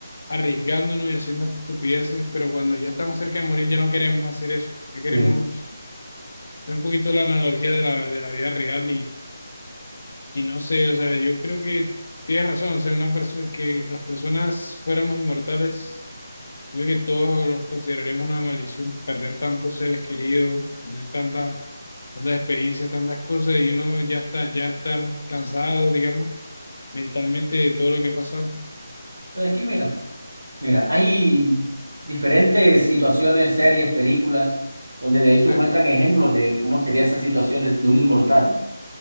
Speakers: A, on the left; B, on the right.
A: arriesgándonos y haciendo estupideces, pero cuando ya estamos cerca de morir ya no queremos hacer eso. Ya queremos
B: Sí.
A: hacer un poquito la analogía de la, de la vida real Y no sé, o sea, yo creo que tienes razón, o sea, una persona que las personas fuéramos inmortales, yo creo que todos los consideraríamos una maldición, perder tantos seres queridos, perder tantas, tantas experiencias, tantas cosas, y uno ya está, ya estar cansado, digamos, mentalmente de todo lo que ha pasado.
B: pero es que mira, mira, hay diferentes situaciones, series, películas, donde de hecho
A: Sí,
B: muestran ejemplos de cómo sería esa situación de, de un inmortal.